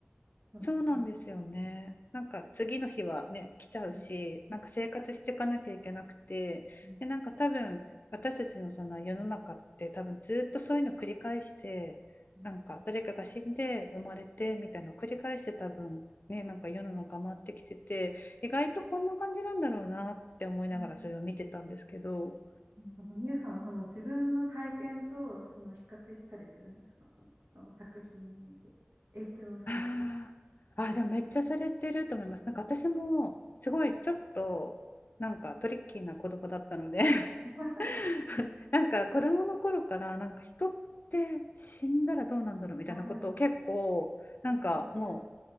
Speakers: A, on the right (about 65°); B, on the left (about 50°).
A: そううん、
B: そうなんですよね。なんか次の日はね、来ちゃうし、
A: うん、
B: なんか生活していかなきゃいけなくて、
A: うん、
B: で、なんか多分私たちのその世の中って多分ずっとそういうの繰り返して、
A: うん。
B: なんか誰かが死んで生まれてみたいなのを繰り返して多分ね、なんか世の中回ってきてて、意外とこんな感じなんだろうなって思いながらそれを見てたんですけど、
A: うんなるほどみゆさんはその自分の体験とその比較したりするんですかその人の作品を見て影響されてる。
B: あーあー、でもめっちゃされてると思います。なんか私もすごいちょっとなんかトリッキーな子供だったので
A: <laughs>
B: <laughs> なんか子供の頃からなんか人って死んだらどうなんだろうみたいなことを結構なんかも
A: いやでも、私は全然